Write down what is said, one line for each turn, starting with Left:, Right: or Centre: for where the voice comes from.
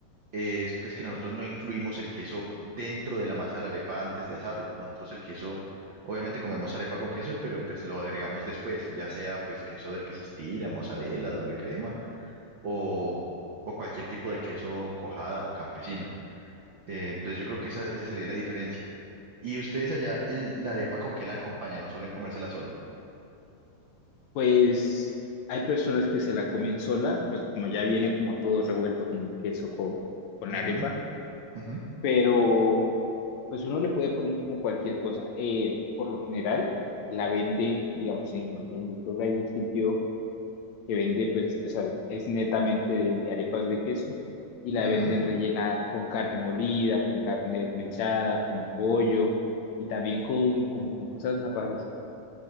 Right: es pues que nosotros no incluimos el queso dentro de la masa de la arepa antes de asarlo. Nosotros el queso, obviamente comemos arepa con queso, pero pues lo agregamos después, ya sea pues queso del que se estira, mozzarella, doble crema o, o cualquier tipo de queso cuajada o campesino. Eh, entonces yo creo que esa, esa sería la diferencia. Y ustedes allá, el- la arepa con qué la acompañan, no suelen comérsela sola.
Left: Pues hay personas que se la comen sola, pues como ya viene como todo revuelto con el queso, con, con la
Right: Ujú,
Left: arepa,
Right: ujú,
Left: pero pues uno le puede poner como cualquier cosa. Eh, por lo general, la venden, digamos, en, en mi pueblo hay un sitio que vende, pues, o sea, es netamente de, de arepas de queso y la
Right: ujú.
Left: venden rellena con carne molida, con carne desmechada, con pollo y también con, como, con cosas más raras,